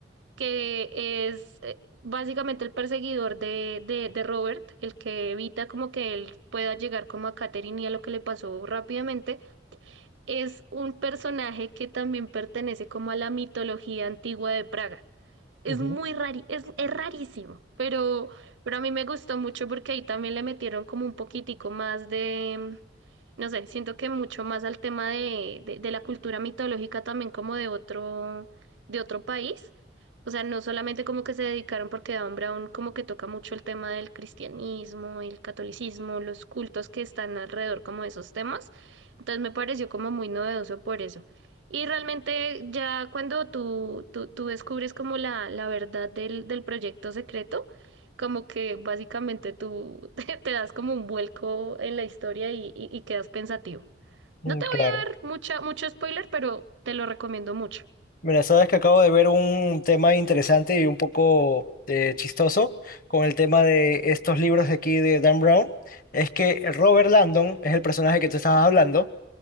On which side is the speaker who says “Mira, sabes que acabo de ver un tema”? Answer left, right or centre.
Left